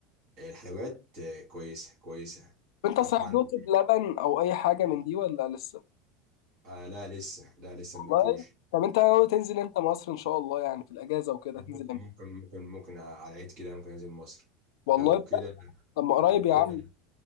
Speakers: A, on the right; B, on the left.
A: الحلويات آه، كويسه كويسه
B: انت
A: آه،
B: صحيح
A: فعندي
B: دوت بلبن او اي حاجة من دي ولا لسه
A: آه لا لسه لا لسه ما
B: والله
A: دقتوش
B: طب انت ناوي تنزل انت مصر ان شاء الله يعني في الاجازة وكده
A: ممكن
B: تنزل
A: ممكن ممكن ممكن على العيد كده ممكن انزل مصر
B: والله
A: لو
B: بجد.
A: كده
B: طب ما قريب
A: لو كده
B: يا عم